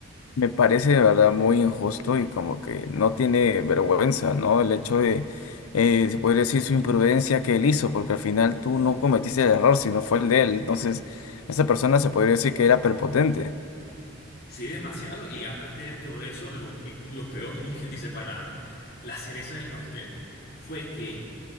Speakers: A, on the left (about 80°); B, on the left (about 45°).
A: Me parece de verdad muy injusto y como que no tiene vergüenza, ¿no? El hecho de, eh, se podría decir, su imprudencia que él hizo, porque al final tú no cometiste el error, sino fue el de él. Entonces, esa persona se podría decir que era prepotente.
B: Sí, demasiado. Y aparte de todo eso, lo, y lo peor, como quien dice, para la cereza del pastel, fue que